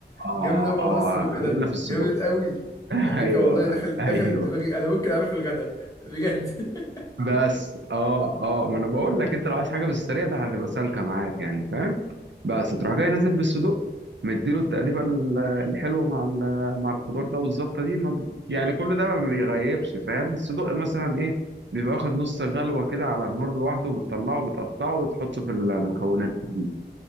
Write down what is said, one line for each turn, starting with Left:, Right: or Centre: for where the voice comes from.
Right: اه
Left: جامد أوي موضوع
Right: اه
Left: السجق ده
Right: خلينا في الصدق
Left: جامد أوي
Right: <laughs>
Left: على فكرة
Right: ايوه
Left: والله دخل دخلت
Right: ايوه
Left: دماغي أنا ممكن أعمل في الغدا بجد <laughs>
Right: بس اه اه ما انا بقول لك انت لو عايز حاجه في السريع ده هتبقى سالكه معاك يعني فاهم بس
Left: مم.
Right: تروح جاي نازل بالصدوق مديله التقليبه ال- الحلوه مع ال- مع الخضار ده والزبطه دي ما ب- يعني كل ده ما بيغيبش فاهم الصدوق مثلا ايه بيبقى واخد نص غلوه كده على النار لوحده بتطلعه بتقطعه وتحطه في المكونات دي